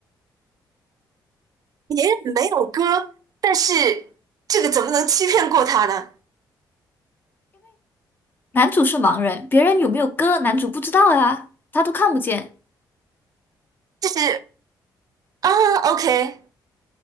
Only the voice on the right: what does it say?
别人没有割，但是这个怎么能欺骗过他呢？
就是啊，OK。